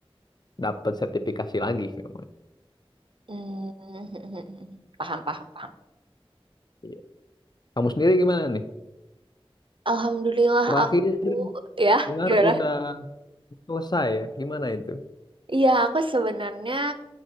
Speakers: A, on the left (about 45°); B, on the right (about 60°).
A: dapat sertifikasi lagi memang.
B: Hmm, <laughs> paham, paham, paham.
A: Iya. Kamu sendiri gimana nih?
B: Alhamdulillah
A: Terakhir
B: aku ya,
A: dengar
B: Gimana?
A: udah selesai ya? Gimana itu?
B: iya aku sebenarnya